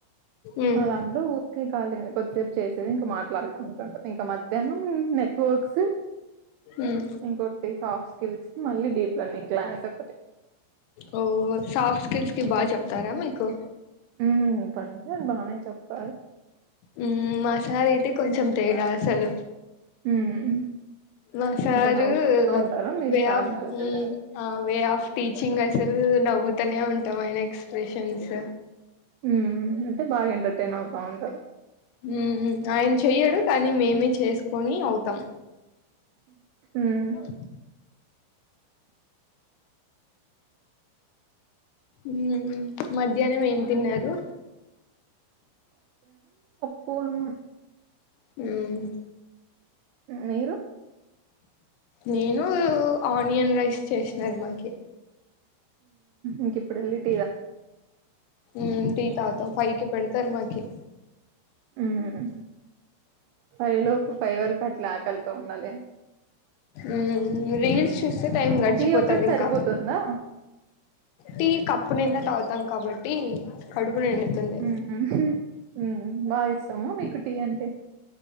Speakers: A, on the left; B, on the right.
A: ఉమ్
B: ఆ లాబ్ లో ఊరికే ఖాళీ కొద్దిసేపు చేసేది ఇంకా మాట్లాడుకుంటుంటం ఇంకా మధ్యాహ్నం నెట్వర్క్స్
A: ఉమ్
B: ఇంకోటి సాఫ్ స్కిల్స్ మళ్ళీ డీప్ లెర్నింగ్ క్లాస్ ఒకటి
A: ఓ సాఫ్ స్కిల్స్ కివు బాగా చెప్తారా మీకు
B: మ్మ్ పద్యాలు బాగానే చెపు పాదు
A: హ్మ్ మసాలా అయితే కొంచెం తేడా అసలు
B: మ్మ్
A: మా సారు
B: ఇంకా నవ్వుకుంటా ఉంటారా మీరు
A: వే
B: సార్ని
A: ఆఫ్
B: చూసి
A: మ్మ్ ఆ వే ఆఫ్ టీచింగ్ అసలు నవ్వుతనే ఉంటాం ఆయన ఎక్స్ప్రెషన్స్
B: మ్మ్ అంటే బాగా ఎంటర్టైన్ నావు అవును కదా
A: హ్మ్ ఆయన చెయ్యడు కానీ మేమే చేసుకొని అవుతాం
B: మ్మ్
A: అ మ్మ్ మడ్ మధ్యాహ్నం ఏం తిన్నారు
B: ఫోను
A: హ్మ్
B: మీరు
A: నేను ఆనియన్ రైస్ చేసినారు మాకి
B: ఇంకిప్పుడెళ్ళిద్.
A: ఉమ్ టీ తాగ్తం ఫై కి. పెడ్తర్ మాకి.
B: ఉమ్ ఫైవ్ లోపు ఫైవర్క్. అట్ల ఆకల్తో ఉన్నలేమ్.
A: అ ఉమ్ రీల్స్ చూస్తె టైం గడిచిపోతదింక
B: టీ ఒక్కటి సరిపోతుందా
A: టీ కప్పు నిండా తాగుతాం కాబట్టి. కడు ఇప్పుడెన్నుతుంది.
B: ఉమ్ ఉమ్ బాగిస్తమా మీకు టీ అంటే.